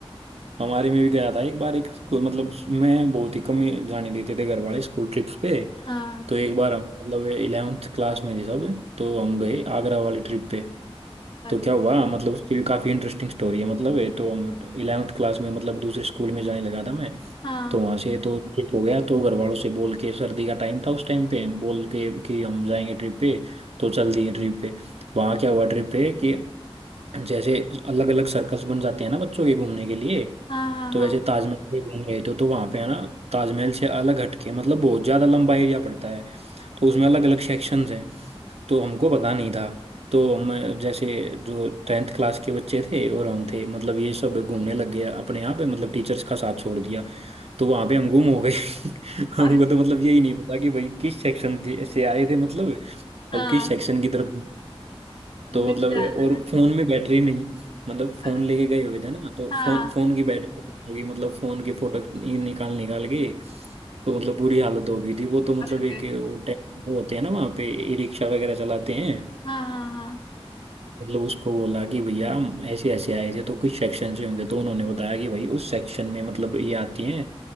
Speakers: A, on the right (about 80°); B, on the left (about 50°).
A: हमारे में भी गया था एक बार एक स्कूल मतलब मैं बहुत ही कम ही जाने देते थे घर वाले स्कूल ट्रिप्स पे
B: हाँ
A: तो एक बार हम मतलब इलेवेंथ क्लास में थे सब तो हम गए आगरा वाली ट्रिप पे
B: अच्छा
A: तो क्या हुआ मतलब उसकी भी काफ़ी इंटरेस्टिंग स्टोरी है मतलब है तो हम इलेवेंथ क्लास में मतलब दूसरे स्कूल में जाने लगा था मैं
B: हाँ
A: तो वहां से तो ठीक हो गया तो घर वालों से बोल के सर्दी का टाइम था उस टाइम पे बोल के कि हम जाएंगे ट्रिप पे तो चल दिए ट्रिप पे वहां क्या हुआ ट्रिप पे कि जैसे अलग अलग सर्कस बन जाते हैं ना बच्चों के घूमने के लिए
B: हाँ हाँ
A: तो
B: हाँ
A: वैसे ताजमहल पे घूम रहे थे तो वहां पे है ना ताजमहल से अलग हटके मतलब बहुत ज्यादा लंबा एरिया पड़ता है तो उसमें अलग अलग सेक्शंस हैं तो हमको पता नहीं था तो हम जैसे जो टेंथ क्लास के बच्चे थे और हम थे मतलब ये सब घूमने लग गए अपने यहाँ पे मतलब टीचर्स का साथ छोड़ दिया तो वहाँ पे हम गुम हो गए <laughs> हमको
B: अरे
A: तो मतलब यही नहीं पता कि भाई किस सेक्शन से आए थे मतलब
B: हाँ
A: अब किस सेक्शन की तरफ तो
B: मिल
A: मतलब
B: जाना
A: और
B: है
A: फोन में बैटरी नहीं मतलब फोन
B: अ-
A: लेके गए हुए थे ना तो
B: हाँ
A: फोन फोन की बैटरी होगी मतलब फोन के फोटो निकाल निकाल के तो मतलब बुरी हालत हो गई थी वो तो मतलब
B: अरे,
A: एक वो टे- वो होते हैं ना वहाँ पे ई रिक्शा वगैरह चलाते हैं
B: हाँ हाँ
A: मतलब उसको बोला कि भैया हम ऐसे ऐसे आए थे तो कुछ सेक्शन से होंगे तो उन्होंने बताया कि भाई उस सेक्शन में मतलब ये आती हैं